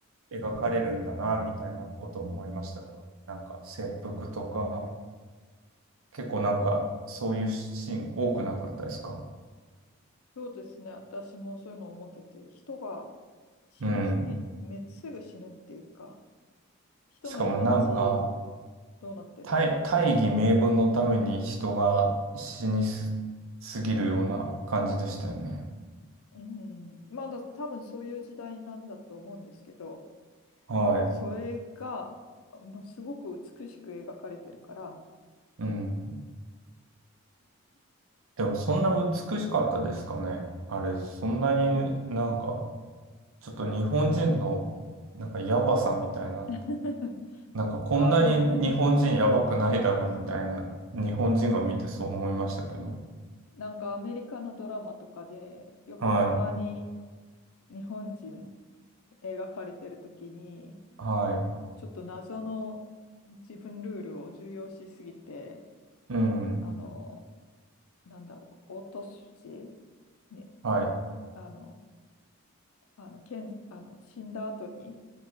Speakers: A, on the right; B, on the left.
A: 描かれるんだなみたいなことを思いましたか。なんか切腹とか、結構なんかそういうシーン多くなかったですか。
B: そうですね。私もそういうのを思ってて、人が死にすぎ、
A: うん。
B: め、すぐ死ぬっていうか、人の命
A: しかもなんか
B: どうなってんだろ
A: 大、大義名分のために人が死にす、すぎるような感じでしたよね。
B: う。うん。まだ多分そういう時代なんだと思うんですけど、
A: はい。
B: それが、まあ、すごく美しく描かれてるから、
A: うん。でもそんな美しかったですかね。あれ、そんなになんか、ちょっと日本人のなんかヤバさみたいな、
B: <laughs>
A: なんかこんなに日本人ヤバくないだろうみたいな、
B: ああ、なんか
A: 日本人が見てそう思いましたけど。
B: なんかアメリカのドラマとかでよくたまに
A: は
B: 日本人描かれてる時に
A: い、は
B: ちょっと謎の自分ルールを重要視しすぎて
A: い、うん、
B: あのなんだろう落としに
A: はい、
B: あのあの検あの死んだ後に